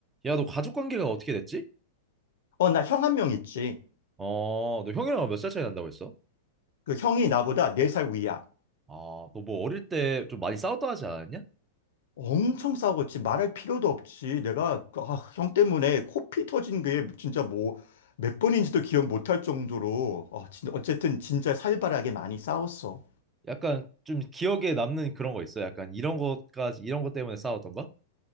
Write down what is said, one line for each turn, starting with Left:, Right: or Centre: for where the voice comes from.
Right: 야, 너 가족 관계가 어떻게 됐지?
Left: 어, 나 형 한 명 있지.
Right: 어, 너 형이랑 몇 살 차이 난다고 했어?
Left: 그 형이 나보다 4살 위야.
Right: 아, 너 뭐 어릴 때 좀 많이 싸웠다 하지 않았냐?
Left: 엄청 싸웠지. 말할 필요도 없지. 내가, 그, 아, 형 때문에 코피 터진 게 진짜 뭐, 몇 번인지도 기억 못할 정도로, 어, 진, 어쨌든 진짜 살벌하게 많이 싸웠어.
Right: 약간 좀 기억에 남는 그런 거 있어? 약간 이런 것까지, 이런 것 때문에 싸웠던 가